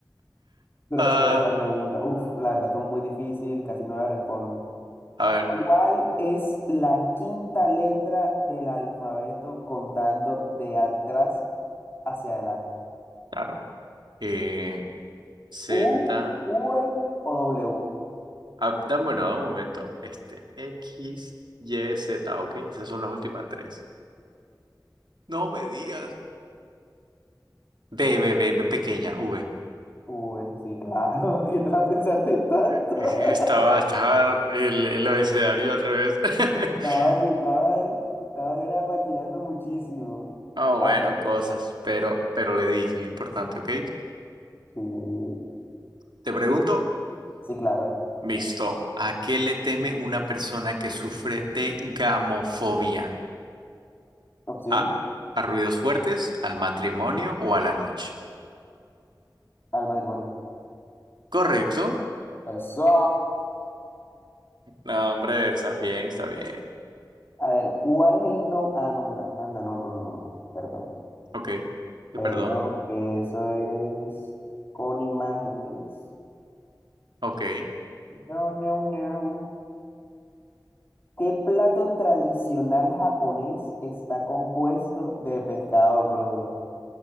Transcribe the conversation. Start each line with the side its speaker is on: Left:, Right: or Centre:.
Left: Grosera
Right: Ah,
Left: esta pregunta. Uf, la verdad, estuvo muy difícil, casi no la respondo.
Right: a ver,
Left: ¿Cuál es la quinta letra del alfabeto contando de atrás hacia adelante?
Right: claro. Eh, Z,
Left: ¿U, V o W?
Right: ah, da- bueno, da un momento. Este, X, Y, Z, ok, esas son las últimas tres. No me digas. B, B, B, B pequeña, V.
Left: V, sí, claro, <laughs> porque te la pensaste tanto.
Right: <laughs> Estaba,
Left: <laughs>
Right: estaba el, el abecedario al revés. <laughs>
Left: Estabas, estabas, estabas era maquinando muchísimo.
Right: Ah, bueno,
Left: Ajá,
Right: cosas, pero, pero le dije lo importante, ¿ok?
Left: sí,
Right: Te pregunto,
Left: sí, claro.
Right: visto, ¿a qué le teme una persona que sufre de gamofobia?
Left: Opciones
Right: ¿A, a ruidos fuertes, al matrimonio o a la noche?
Left: al matrimonio.
Right: Correcto.
Left: ¡Eso!
Right: No, hombre, está bien, está bien.
Left: A ver, ¿cuál es el no? Ah, no, anda, anda, no, no, no, no, perdón.
Right: Ok, te
Left: Perdón,
Right: perdono.
Left: que eso es con imágenes.
Right: Ok,
Left: No, no, no. ¿Qué plato tradicional japonés está compuesto de pescado crudo?